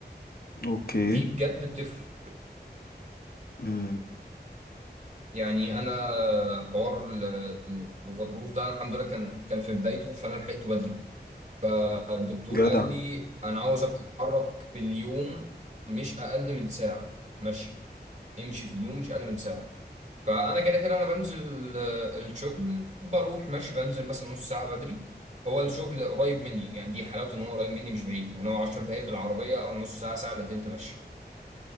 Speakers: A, on the left; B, on the right.
A: اوكي
B: دي بجد بتفرق
A: امم
B: يعني انا حوار ال- الغضروف ده الحمد لله كان كان في بدايته فانا لحقته بدري فالدكتور
A: جدع
B: قال لي انا عاوزك تتحرك في اليوم مش اقل من ساعه مشي امشي في اليوم مش اقل من ساعه فانا كده كده انا بنزل آه، الشغل بروح ماشي بنزل مثلا نص ساعه بدري هو الشغل قريب مني يعني دي حلاوته ان هو قريب مني مش بعيد يعني هو 10 دقايق بالعربيه او نص ساعه ساعه الا تلت مشي